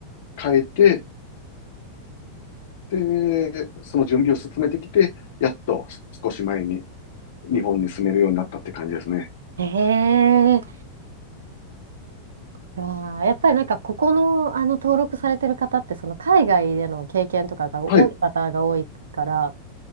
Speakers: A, on the left (about 50°); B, on the right (about 65°).
A: 変えて、で、その準備を進めてきて、やっと少し前に日本に住めるようになったって感じですね。
B: ええああ、やっぱりなんか、ここの、あの、登録されてる方って、その、海外での経験とかが多い方が多いから、
A: はい。